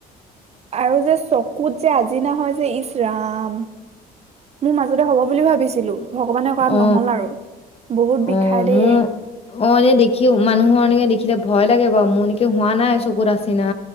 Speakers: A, on the right (about 40°); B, on the left (about 35°).
A: আৰু যে চকুত যে আজিনা হয় যে ইচ ৰাম মোৰ মাজতে হ'ব বুলি ভাবিছিলোঁ, ভগৱানে কৰাত
B: অ
A: নহ'ল আৰু! বহুত
B: অ
A: বিষাই দেই।
B: মোৰ অ' এনে দেখি মানুহৰ এনেকে দেখিলে ভয় লাগে বাৰু' মোৰ এনেকে হোৱা নাই চকুত আচিনা!